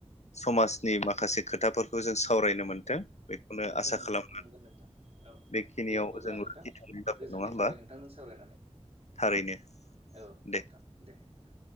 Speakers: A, on the left; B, on the right.
A: समाजनि माखासे खोथाफोरखौ जों सावरायनो मोनथों बेखौनो
B: मोनथों
A: आसा
B: ओं
A: खालामो
B: मोनगोन नोंथां औ
A: बेखिनियाव
B: दे अब्ला
A: जों लाखिथ'नाय
B: नोंथां
A: जाबाय
B: गोजोननाय
A: नङा होमबा
B: थाबाय नोंथांजों सावरायनानै
A: थारैनो
B: औ
A: दे
B: नोंथां दे नोंथां